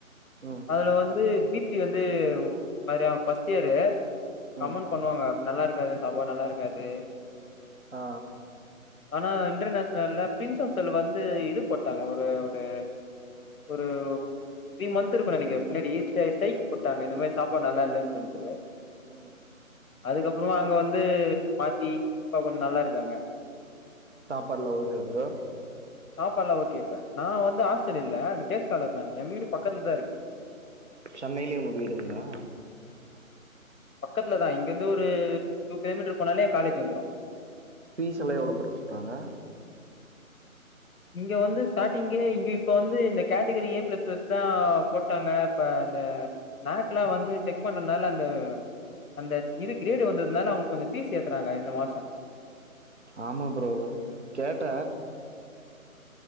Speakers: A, on the right (about 55°); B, on the left (about 75°).
A: ம்
B: அதுல வந்து பீத்ரி வந்து ஒரு ஃபஸ்ட் ஸ்ட் இயர்ரு கமெண்ட்
A: ம்
B: பண்ணுவாங்க நல்லா இருக்காது சபா நல்லா இருக்காது சே
A: ஆ
B: ஆனா இன்டர்நேஷன்ல பிரின்சஸ்ல் வந்து இது போட்டாங்க ஒரு ஒரு ஒரு த்ரீ மந்த் இருக்கு நினைக்கிறேன் பின்னாடி ஸ் ஸ்ட்ரைக் போட்டாங்க இந்த மாரி சாப்பாடு நல்லா இல்லைன்னு சொல்லிட்டு
A: ம்
B: அதுக்கப்புறமா அங்க வந்து மாத் தி இப்ப கொஞ்சோ நல்லா இருக்கு அங்க
A: சாப்பாடெல்லா ஓகேவா ப்ரோ
B: சாப்பாடெல்லலா ஓகே இப்ப நா வந்து ஹாஸ்டல்ல இல்ல டேஸ்காலர் நா என் வீடு பக்கத்து லதா இருக்கு
A: சென்னையிலயே உங்க வீடுங்ளா
B: பக்கத்துலதா இங்கிருந்து ஒரு டூ கிலோமீட்டர் போனாலே கலேஜ் வந்திரு
A: ஃபீஸ் எல்லா எவ்ளோ ப்ரோ சொல்றாங்க
B: இங்க வந்து ஸ்டார்ட்டிங்கே இங்க இப்ப வந்து இந்த கேட்டகரி ஏ பிளஸ் பிளஸ்தா போட்டாங்க இப்ப அந்த நேக் எல்லா வந்து செக் பண்றதுனால அந்த ப்ச் அந்த இது கிரேடு வந்ததுனால அவூங்க கொஞ்சோ ஃபீஸ் ஏத்துறாங்க இந்த மாசோ
A: ஆமா ப்ரோ கேட்ட